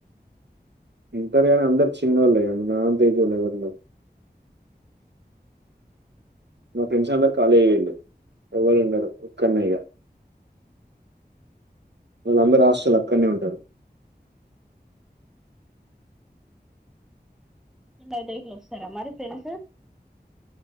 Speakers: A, on the right; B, in the centre.
A: ఉంటరు కానీ అందరు చిన్నోల్లె అండి, నా అంత ఏజ్ వాళ్ళు ఎవరున్నరు. మా ఫ్రెండ్స్ అందరూ కాలేజ్ పోయిల్లు, ఎవలు ఉండరు ఒక్కన్నే ఇగ వాళ్ళు అందరూ హాస్టల్ అక్కన్నే ఉంటరు.
B: అయితే ఇట్ల వస్తరా మరి ఫ్రెండ్స్?